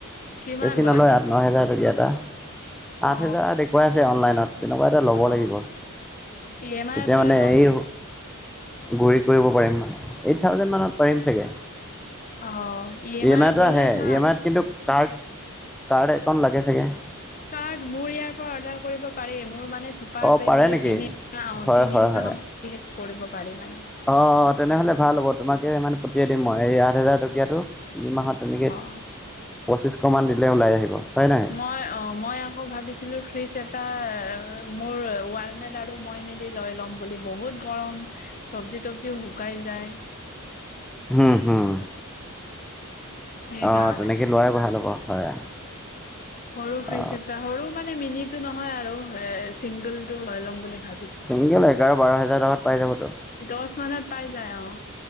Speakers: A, on the left; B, in the centre.
A: কিমান
B: বেছি
A: লয়
B: নলয়
A: সেইটো
B: আঠ ন হেজাৰ <unintelligible>
A: অ
B: আঠ হেজাৰ দেখুৱাই আছে অনলাইনত তেনেকুৱা এটা ল'ব
A: অ
B: লাগিব।
A: ই এম আইত
B: তেতিয়া
A: লৈ
B: মানে
A: লওঁ
B: এই গুৰি কৰিব পাৰিম মানে এইট থাউজেণ্ড মানত পাৰিম চাগে
A: অ
B: ই এম
A: আইত
B: আইতটো
A: ল'লে
B: আহে
A: ভাল
B: ই এম আইত কিন্তু কাৰ্ড কাৰ্ড একখন লাগে চাগে
A: চাৰ্ট মোৰ ইয়াৰ পৰা অৰ্ডাৰ কৰিব পাৰি মোৰ মানে চু পাৰ
B: অ
A: পে
B: পাৰে
A: বুলি
B: নেকি
A: তিনি অ',
B: হয়
A: তিনি
B: হয়
A: মাহত
B: হয়
A: হেল্প কৰিব পাৰে মানে
B: অ', তেনেহ'লে ভাল হ'ব তোমাকে মানে পঠিয়াই দিম মই এই আঠ হাজাৰ টকীয়াাতটো। এইমাহত তেনেকৈ
A: অ
B: পঁচিছশমান দিলে ওলাই আহিব হয় নাই
A: মই, অ', মই আকৌ ভাবিছো ছিলো ফ্ৰিজ এটা মোৰ ৱালমেট আৰু মই মেলি লৈ ল'ম বুলি, বহুত গৰম চব্জি তবজি শুকাই যায়
B: হম, হম,
A: সেইকাৰণে
B: আহ তেনেকে লোৱাই ভাল হ'ব হয়
A: সৰু ফ্ৰিজ
B: অ
A: এটা সৰু মানে, মিনি টো নহয় আৰু এ চিংগল টো লৈ লম বুলি ভাবো
B: চিংগল এঘাৰ বাৰ হাজাৰ টকাত পাই যাবতো
A: দশ মানত পাই যায় অ।